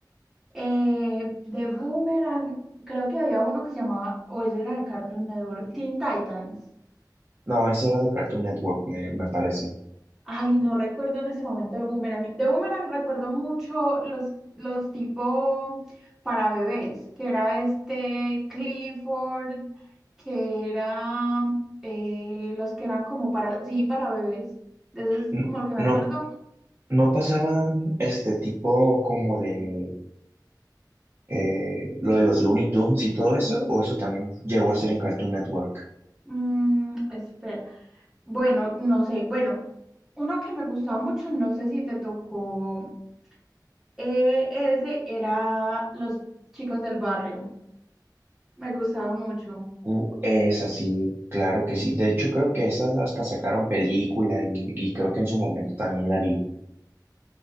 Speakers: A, in the centre; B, on the right (about 30°).
A: Eh, de Boomerang, creo que había uno que se llamaba, o ese era de Cartoon Network, Teen Titans.
B: No, ese era de Cartoon Network, me, me parece.
A: Ay, no recuerdo en ese momento de Boomerang. De Boomerang recuerdo mucho los, los tipo para bebés, que era este Clifford, que era eh, los que eran como para, sí, para bebés. De eso es
B: N-
A: como lo que me
B: No,
A: acuerdo.
B: no pasaban este tipo como de eh, lo de los Looney Tunes y todo eso, o eso también llegó a ser en Cartoon Network.
A: Mm, espera. Bueno, no sé. Bueno, uno que me gustaba mucho, no sé si te tocó, eh, ese era Los Chicos del Barrio. Me gustaba mucho.
B: Uh, es así, claro que sí. De hecho, creo que esas hasta sacaron película y, y creo que en su momento también la vi.